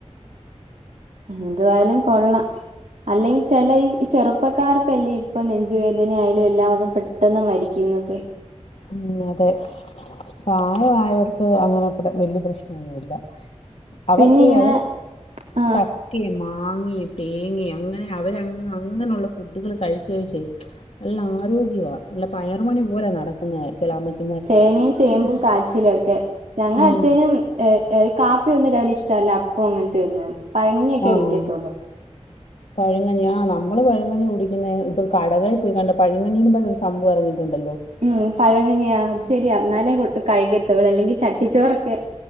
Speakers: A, on the right; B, on the left.
A: എന്തുവായാലും കൊള്ളാം. അല്ലെങ്കിൽ ചെല ഈ ചെറുപ്പക്കാർക്കല്ലേ ഇപ്പൊ നെഞ്ചുവേദനയാലും എല്ലാം വന്ന് പെ ട്ടെന്ന് മരിക്കുന്നത്.
B: ഉം, അതെ പ്രായ ആയോർക്ക് അങ്ങനെ വല്യ പ്രശ്നൊന്നുല്ല. അവർക്കെ
A: പിന്നെ ഇങ്ങനെ
B: അവര്
A: ആ
B: ച. ക്കിം മാങ്ങിം തേങ്ങി അങ്ങനെ അവര് അങ്ങ് അങ്ങനുള്ള ഫുഡുകള് കഴിച്ച് കഴിച്ചെ. നല്ല ആരോഗ്യവാ നല്ല പയറ് മണി പോലെ നടക്കുന്നെ ചെല അമ്മച്
A: ചേനേം ചേമ്പും കാച്ചിലു ഒക്കെ ഞങ്ങളെ
B: ഉം
A: അച്ച്ചനും. ഏ ഏ ഈ കാപ്പി ഒന്നും രാവിലെ ഇഷ്ടവല്ലാ അപ്പോം അങ്ങൻത്തെയൊന്നും പഴങ്കഞ്ഞിയൊക്കെ
B: ആഹ്
A: കുടിക്കത്തുള്ളൂ. <inaudible>
B: പഴങ്കഞ്ഞി ആഹ് നമ്മള് പഴങ്ങഞ്ഞി കുടിക്കുന്നെ ഇപ്പം കടകളെ പോയിക്കാണ്ട് പഴങ്കഞ്ഞിന്ന് പറഞ്ഞൊരു സംഭവം ഇറങ്ങിട്ടുണ്ടല്ലോ.
A: ഉം പഴങ്കഞ്ഞിയാ അത് ശരിയ എന്നാലേ കു കഴിക്കത്തു അവരല്ലെങ്കി ചട്ടിച്ചോറൊക്കെ.